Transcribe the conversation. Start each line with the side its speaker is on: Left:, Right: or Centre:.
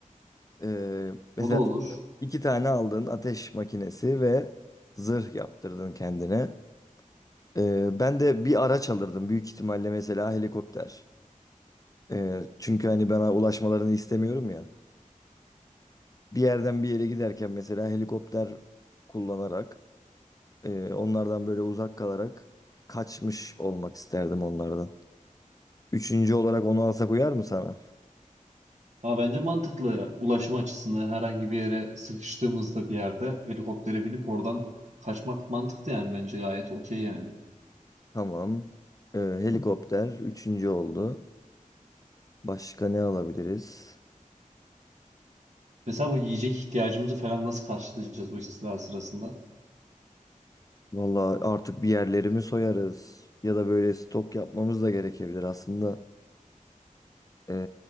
Left: Ee, mesela
Right: O da olur.
Left: iki tane aldın ateş makinesi ve zırh yaptırdın kendine. Ee, ben de bir araç alırdım büyük ihtimalle mesela helikopter. Ee, çünkü hani ben ulaşmalarını istemiyorum ya. bir yerden bir yere giderken mesela helikopter kullanarak e, onlardan böyle uzak kalarak kaçmış olmak isterdim onlardan. Üçüncü olarak onu alsak uyar mı sana?
Right: Ama bence mantıklı ya. Ulaşım açısından herhangi bir yere sıkıştığımızda bir yerde helikoptere binip oradan kaçmak mantıklı yani bence gayet okey yani.
Left: Tamam. E, helikopter üçüncü oldu. Başka ne alabiliriz?
Right: Mesela bu yiyecek ihtiyacımızı falan nasıl karşılayacağız o istila sırasında?
Left: Vallahi artık bir yerlerimi soyarız. Ya da böyle stok yapmamız da gerekebilir aslında. E,